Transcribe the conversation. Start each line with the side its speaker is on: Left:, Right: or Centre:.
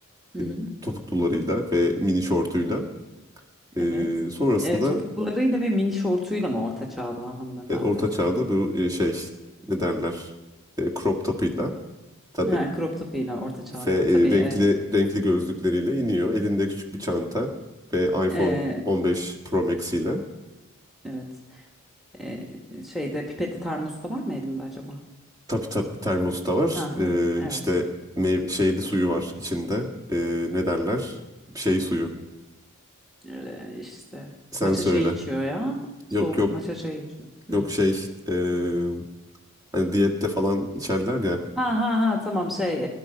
Centre: Hı
Right: e,
Centre: hı.
Right: topuklularıyla ve mini şortuyla. Ee,
Centre: Evet.
Right: sonrasında
Centre: Eee, topuklularıyla ve mini şortuyla mı orta çağda hanımefendi?
Right: evet, orta çağda bu e, şey ne derler e, crop topuyla tabii
Centre: Ha, crop topuyla orta çağda.
Right: Ve e,
Centre: Tabii. eee,
Right: renkli renkli gözlükleriyle iniyor. Elinde küçük bir çanta ve iPhone
Centre: eee,
Right: 15 Pro Max ile.
Centre: evet. Eee, şeyde pipetli termos da var mı elinde acaba?
Right: Tabii tabii termos da var.
Centre: Aha,
Right: Ee,
Centre: evet.
Right: işte meyve, şeyli suyu var içinde. Ee, ne derler? Şey suyu.
Centre: Öyle işte.
Right: Sen
Centre: Maça
Right: söyle.
Centre: çayı içiyor ya. Soğuk
Right: Yok yok
Centre: maça çayı içiyor. Hı.
Right: yok şey ee, hani diyette falan içerler ya.
Centre: Ha ha ha tamam şey